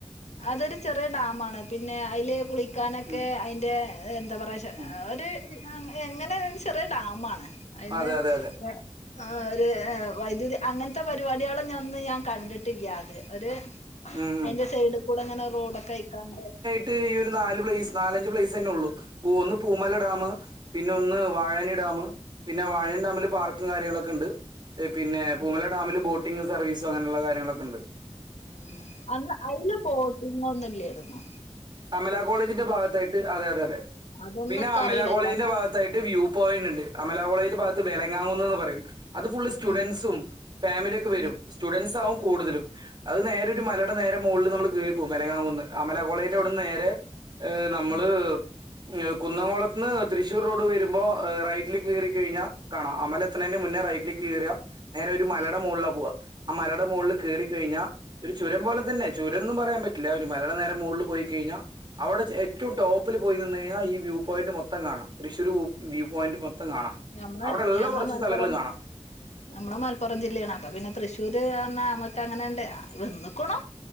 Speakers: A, on the left; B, on the right.
A: അതൊരു ചെറ്യേ ഡാമാണ് പിന്നെ അയ്ല് കുളിക്കാനൊക്കെ
B: ഉം
A: അയ്ന്റെ എ എന്താ പറയാച്ച
B: ഉം
A: ഒര് എഹ് എങ്ങനെ അഹ് ചെറ്യെ ഒര് ഡാമാണ് അയ്ന്ന്
B: അതെ അതെ അതെ
A: ഇങ്ങനെ അഹ് ഒര് എഹ് വൈദ്യുതി അങ്ങൻത്തെ പരിപാടിയാള്ഞന്ന് ഞാൻ കണ്ടിട്ട്ല്ല്യ അത് ഒര്
B: ഉം ഉം
A: അയ്ന്റെ സെയ്‌ഡ്ക്കൂടെ ഇങ്ങനെ റോഡൊക്കെ അയ്ക്കാണ്ട്
B: ട്ട് ഒരു നാല് പ്ലേസ് നാലഞ്ച് പ്ലെയ്സന്നെ ഉള്ളൂ പൂ ഒന്ന് പൂമല
A: ഉം
B: ഡാമ് പിന്നെ ഒന്ന് വാഴനി ഡാമ് പിന്നെ വാഴനിഡാമില് പാർക്കും കാര്യങ്ങളൊക്കെണ്ട് എഹ് പിന്നെ പൂമല
A: ഉം,
B: ഡാമില് ബോട്ടിംഗ് സർവീസ് അങ്ങനെള്ള കാര്യങ്ങളൊക്കെ ഇണ്ട്
A: ഉം അന്ന് അയ്ല് ബോട്ടിങ്ങൊന്നു ഇല്ലേര്ന്നു
B: അമല കോളേജിന്റെ ഭാഗത്തായിട്ട് അതെ അതെ അതെ
A: അതൊന്നും
B: പിന്നെ
A: ഇക്ക്
B: അമല
A: അറിയില്ല
B: കോളേജിന്റെ ഭാഗത്ത് ത്തായിട്ട് വ്യൂ പോയന്റ് ഉണ്ട് അമലാകോളേജിന്റെ ഭാഗത്ത് വെലങ്ങാങ്ങുന്ന്ന്ന് പറയും അത് ഫുള്ള് സ്റ്റുഡൻസും
A: ഉം
B: ഫാമിലിയൊക്കെ വെരും
A: ഉം
B: സ്റ്റുഡൻസാവും കൂടുതലും. അത് നേരെ ഒരു
A: ഉം
B: മലയ്ടെ നേരെ മോൾള് നമ്മള് കേറിപ്പോവും വെലങ്ങാങ്ങുന്ന് അമല കോളേയ് ന്റെ അവ്ട്ന്ന്
A: ഉം
B: നേരെ എഹ് നമ്മള്
A: ഉം
B: ങ്ങ് ഹ് കുന്നംകൊളത്ത്ന്ന് തൃശ്ശൂർ റോഡ് വെരുമ്പോ ഹ് റൈറ്റില് കേറിക്കഴിഞ്ഞാ കാണാ അമലെ ത്ത്ണേന്റെ മുന്നെ റൈറ്റ്ലേക്ക് കേറാ നേരെ ഒരു മലടെ
A: ഉം
B: മോൾളാ പോവാ ആ മലടെ മോൾള് കേറി കഴിഞ്ഞാ ഒരു ചുരം പോലെ തന്നെ ചുരംന്നും പറയാൻ പറ്റ്ല്ല ഒരു മലയ്ടെ നേരെ മോൾള് പോയി കെയ്ഞ്ഞാ അവടെ ചെ എ റ്റവും ട്ടോപ്പ്ല് പോയി നിന്ന് കൈഞ്ഞാ ഈ വ്യൂ പോയിന്റ് മൊത്തം കാണാം തൃശൂര് വു വ്യൂ പോയന്റ് മൊത്തം കാണാ.
A: ഞമ്മള്
B: അവ്ടെള്ള
A: ഞങ്ങള്
B: കൊർച്ച്
A: മലപ്പുറം
B: സ്ഥലങ്ങള് കാണാ.
A: നമ്മള് മൽപ്പൊറം ജില്ലേണ് അപ്പൊ പിന്നെ തൃശ്ശൂര് വന്നാ അമ്മക്ക് അങ്ങനേണ്ട് വന്ന്ക്ക്ണു.